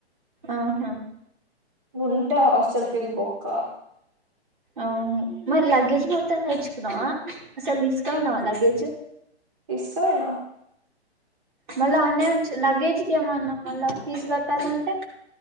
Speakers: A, on the right; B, on the right.
A: ఆహా
B: ఉంటా హాస్టల్ ఫీస్ బొక్క
A: అవును మరి లగేజ్ మొత్తం నేర్చుకున్నావా అసలు తీసుకపోయావా లగేజ్
B: తీసుకపోయనా
A: మళ్ళా అన్నే వునుఉంచు లగేజ్ కి ఏమన్నా మళ్ళా ఫీజు కట్టాలంటే